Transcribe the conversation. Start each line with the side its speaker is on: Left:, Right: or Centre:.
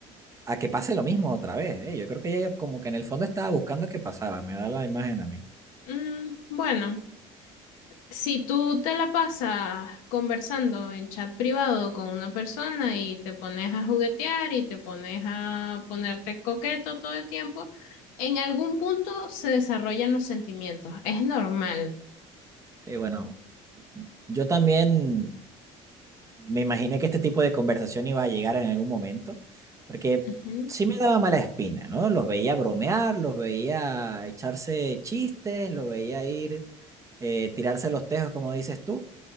Right: a que pase lo mismo otra vez, ¿eh? Yo creo que ella como que en el fondo estaba buscando que pasara, me da la imagen a mí.
Left: Mm, bueno, Si tú te la pasas conversando en chat privado con una persona y te pones a juguetear y te pones a ponerte coqueto todo el tiempo, en algún punto se desarrollan los sentimientos. Es normal.
Right: Sí, bueno, yo también me imaginé que este tipo de conversación iba a llegar en algún momento, porque
Left: Ujú.
Right: sí me daba mala espina, ¿no? Los veía bromear, los veía echarse chistes, los veía ir, eh, tirarse los tejos, como dices tú.